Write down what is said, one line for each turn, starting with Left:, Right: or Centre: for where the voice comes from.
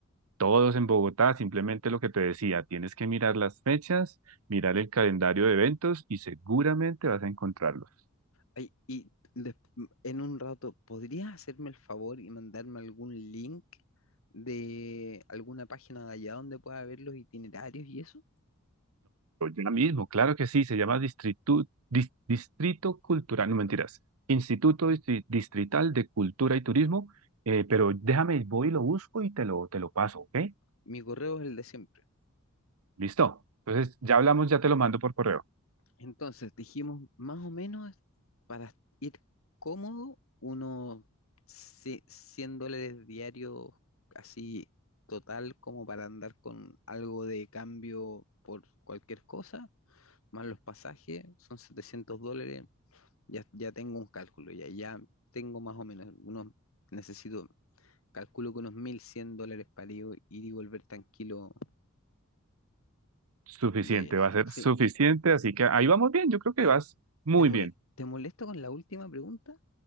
Right: Todos en Bogotá, simplemente lo que te decía, tienes que mirar las fechas, mirar el calendario de eventos y seguramente vas a encontrarlos.
Left: Ay, y des- en un rato, ¿podrías hacerme el favor y mandarme algún link de alguna página de allá donde pueda ver los itinerarios y eso?
Right: Ya mismo, claro que sí, se llama Distritu- Dis- Distrito Cultural, no mentiras, Instituto Distri- Distrital de Cultura y Turismo, eh, pero déjame, voy y lo busco y te lo, te lo paso, ¿ok?
Left: Mi correo es el de siempre.
Right: Listo. Entonces, ya hablamos, ya te lo mando por correo.
Left: Entonces, dijimos más o menos para ir cómodo, unos ci- 100 dólares diarios, así total, como para andar con algo de cambio por cualquier cosa, más los pasajes, son 700 dólares. Ya, ya tengo un cálculo, ya, ya tengo más o menos, unos, necesito, calculo que unos 1.100 dólares para ir ir y volver tranquilo
Right: Suficiente,
Left: de viaje.
Right: va a ser
Left: Sí,
Right: suficiente, así que ahí vamos bien, yo creo que
Left: ¿te,
Right: vas muy
Left: te mol-
Right: bien.
Left: te molesto con la última pregunta?